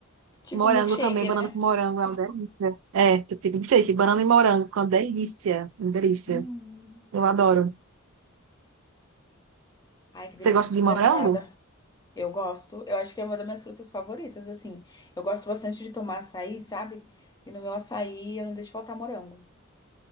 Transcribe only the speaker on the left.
Tipo
um milkshake,
né?
Hum.
Ai, que
delícia,
tô super
aguada. Eu gosto. Eu acho que é uma das minhas frutas favoritas, assim. Eu gosto bastante de tomar açaí, sabe? E no meu açaí eu não deixo faltar morango.